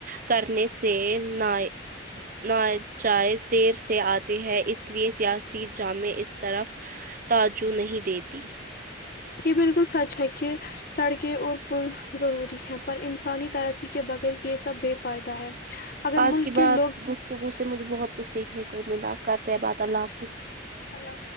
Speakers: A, on the right; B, on the left.
A: کرنے سے نا ناجائز دیر سے آتے ہے اس لیے سیاسی جامع اس طرف تجوع نہیں دیتی
B: یہ بالکل سچ ہے کہ سڑکیں اور پل ضروری ہے پر انسانی ترقی کے بغیر یہ سب بے فائدہ ہے اگر
A: آج
B: ملک
A: کی
B: کے
A: بات
B: لوگ
A: گفتگو سے مجھے بہت کچھ سیکھنے کو امید کرتے ہیں بات اللہ حافظ
B: ہلو